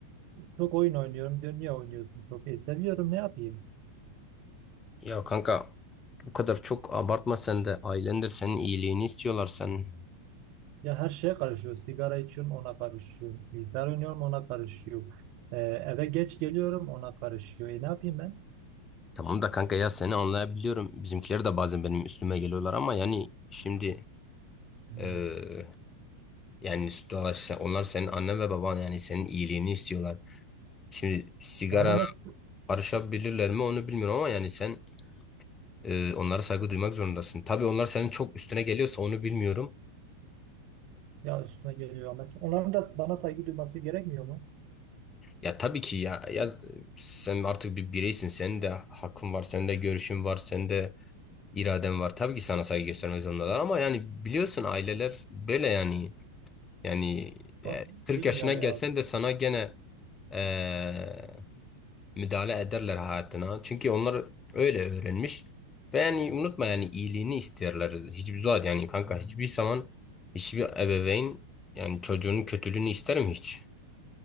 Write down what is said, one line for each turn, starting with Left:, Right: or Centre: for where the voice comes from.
Right: çok oyun oynuyorum diyor. Niye oynuyorsun çok? E seviyorum ne yapayım?
Left: Ya kanka bu kadar çok abartma sen de ailendir senin iyiliğini istiyorlar sen.
Right: Ya her şeye karışıyor. Sigara içiyorum ona karışıyor. Bilgisayar oynuyorum ona karışıyor. E, eve geç geliyorum ona karışıyor. E ne yapayım ben?
Left: Tamam da kanka ya seni anlayabiliyorum. Bizimkiler de bazen benim üstüme geliyorlar ama yani şimdi
Right: Hmm.
Left: eee, yani dolayısıyla onlar senin annen ve baban yani senin iyiliğini istiyorlar. Şimdi sigarana
Right: Ya ama mes
Left: karışabilirler mi onu bilmiyorum ama yani sen eee, onlara saygı duymak zorundasın. Tabii onlar senin çok üstüne geliyorsa onu bilmiyorum.
Right: ya üstüne geliyor. Mes onların da bana saygı duyması gerekmiyor mu?
Left: Ya tabii ki ya, ya sen artık bir bireysin. Senin de hakkın var, senin de görüşün var, senin de iraden var. Tabii ki sana saygı göstermek zorundalar ama yani biliyorsun aileler böyle yani. Yani
Right: Ama
Left: e,
Right: Bilmiyorum
Left: 40 yaşına gelsen
Right: ya.
Left: de sana gene e, müdahale ederler hayatına. Çünkü onlar öyle öğrenmiş. Ve yani unutma yani iyiliğini isterler. Hiçbir zaman yani kanka hiçbir zaman hiçbir ebeveyn yani çocuğunun kötülüğünü ister mi hiç?